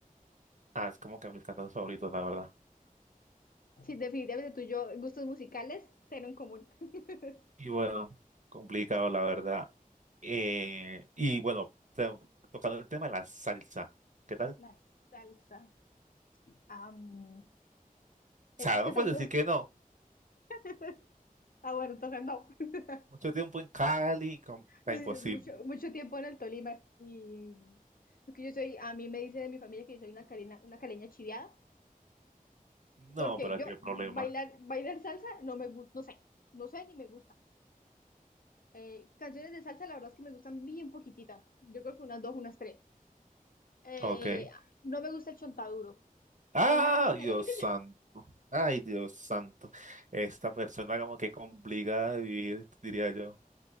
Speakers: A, on the right; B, on the left.
A: Ah, es como que mis cantantes favoritos, la verdad.
B: Sí, definitivamente tú y yo, gustos musicales, cero en común. <laughs>
A: Y bueno, complicado, la verdad. Eh, y bueno, to- tocando el tema de la salsa, ¿qué tal?
B: La salsa. Am, eh,
A: O sea,
B: es que
A: no
B: te
A: puedes
B: digo...
A: decir que no.
B: <laughs> Ah, bueno, entonces no. <laughs>
A: Mucho tiempo en Cali, com- está
B: Eh,
A: imposible.
B: Mucho, mucho tiempo en el Tolima. Y es que yo soy, a mí me dice de mi familia que yo soy una caleña, una caleña chiviada,
A: No,
B: porque
A: pero
B: yo
A: qué problema.
B: bailar, bailar salsa no me gusta, no sé, no sé ni me gusta. Eh, canciones de salsa, la verdad es que me gustan bien poquititas. Yo creo que unas dos, unas tres. Eh,
A: Ok.
B: no me gusta el chontaduro.
A: Ah,
B: No hay nada más
A: Dios
B: caleño que
A: santo. Ay, Dios santo. Esta persona como que complicada de vivir, diría yo.